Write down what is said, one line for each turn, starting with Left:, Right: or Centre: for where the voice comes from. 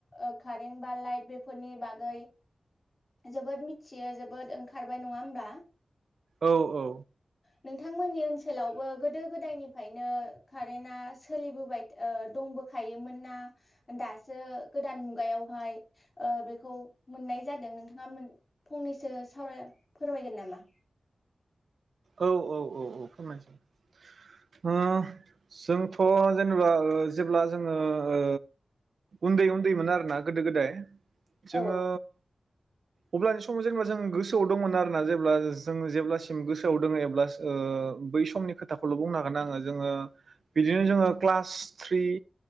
Left: ओ कारेन्ट बा लाइट बेफोरनि बागै जोबोद मिथियो जोबोद ओंखारबाय नङा होमब्ला?
Right: औ औ।
Left: नोंथांमोननि ओनसोलावबो गोदो गोदायनिफ्रायनो कारेन्टआ सोलिबोबाय ओ दंबोखायोमोन ना दासो गोदान मुगायावहाय ओ बेखौ मोननाय जादों नों नोंथाङा फंनैसो सावराय फोरमायगोन नामा?
Right: औ औ औ औ फोरमायनो सानो ओ जोंथ जेनेबा ओ जेब्ला जोंङो ओ उन्दै-उन्दै मोन आरोना गोदो गोदाय जोङो
Left: औ
Right: अब्लानि समाव जोंङो जों गोसोआव दंमोन आरोना जेब्ला जों जेब्लासिम गोसो आव दोंङो एब्ला ओ बै समनि खोथाखौल बुंनो हागोन आंङो जोंङो बिदिनो जोंङो class three,